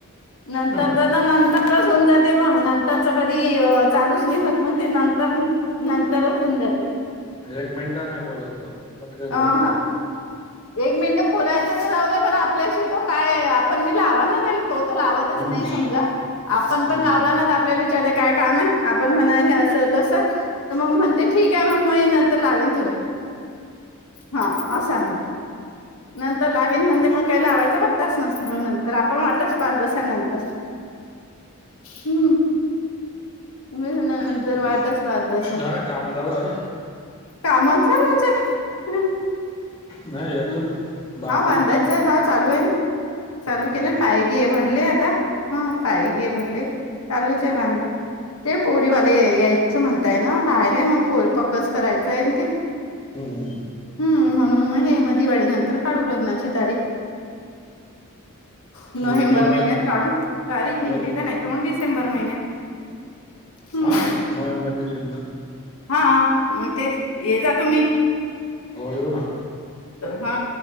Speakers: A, on the left (about 80°); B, on the left (about 25°).
A: नंतरच
B: एक
A: नंतरच होऊन जात. ते मग नंतरच कधी चालूच स् होत म्हणजे नंतर नंतर असून जाते
B: एक मिनिट नाही बोलत तो पटकन
A: अ ह
B: कट करतो
A: ह एक मिनिट बोलायचं तर जाऊ दे पण आपल्याशी तो काय पण मी लावा ना तो तर लावतच
B: हम्म
A: नाही समजा आपण
B: हम्म
A: पण लावला ना आपल्याला विचार काय काम आहे? आपण म्हणा हे असं तस तर मग म्हणते ठीक आहे मग मी तर लावीन तो हा अशांध नंतर लावीन म्हणजे मग काही लावायचा पण तास नसते मग नंतर आपण वाटतच पाच बसानंतर हम्म उभेसण्यानंतर
B: हम्म
A: वाटच पाच बसा
B: झालं काम झालं अरे
A: कामाच नाझ आहे.
B: नाही याच
A: हम
B: बांधकाम
A: हा बांधायचं हा चालू आहे ना चालू केलं
B: हा
A: पाय घे भरले. तर हा काय घे भरले चालूच आहे मानगा ते पोरीवाले यायचं म्हणताय ना पाहालाय मग पोरी पक्कच करायचं आहे ते
B: हम्म हम्
A: हम्म म्हनून म हे म दिवाळी नंतर काढू लग्नाची तारीख नोव्हेंबर
B: एक दीड
A: महिन्यात काढू तारीख, निघली
B: एक
A: तर नाही तर मग डिसेंबर महिन्यात हम्म
B: हा नोव्हेंबर, डिसेंबर
A: हा मग तेच ये जा तुम्ही
B: हो येवू ना
A: हा